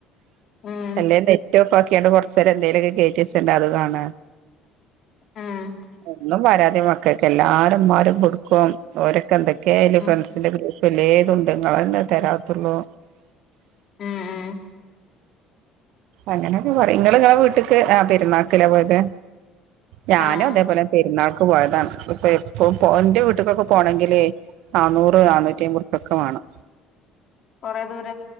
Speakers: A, on the left; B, on the right.
A: ഉം
B: അല്ലേ നെറ്റ് ഓഫ് ആക്കിയാണ്ട് കൊറച്ചേരം എന്തേലൊക്കെ കേറ്റ്യേച്ചത്ണ്ട് അത് കാണ
A: ആഹ്
B: എന്നും പരാതിയാ മക്കക്ക് എല്ലാരമ്മാരും കൊടുക്കും ഓരൊക്കെ എന്തൊക്കെ അയ്ല്
A: ഉം
B: ഫ്രണ്ട്സിന്റെ ഗ്രൂ പ്പ് എല്ലേതുണ്ട് ഇങ്ങളന്നെ തരാത്തൊള്ളു
A: ഉം ഉം
B: അങ്ങനെയൊക്കെ പറ നിങ്ങള് നിങ്ങളെ വീട്ടക്ക് ആ പെരുന്നാക്കിലാ പോയത് ഞാനും
A: ആഹ്
B: അതേപോലെ പെരുന്നാൾ ക്ക് പോയതാണ് ഇപ്പ എപ്പ എന്റെ വീട്ടക്കൊക്കെ പോകണമെങ്കിൽ നാന്നൂറ് നാന്നൂറ്റി അമ്പൂക്കൊക്കെ റുപിവേണം
A: കുറെേ ദൂര